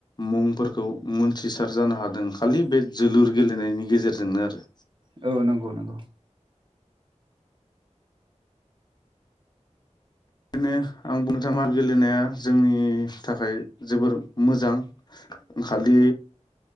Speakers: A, on the left (about 35°); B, on the right (about 40°).
A: मुंफोरखौ मोनथिसार जानो हादों खालि बे जोलुर गेलेनायनि गेजेरजोंनो आरो
B: औ नंगौ नंगौ
A: बेखायनो आं बुंनो थाङा आरो गेलेनाया जोंनि थाखाय जोबोर मोजां खालि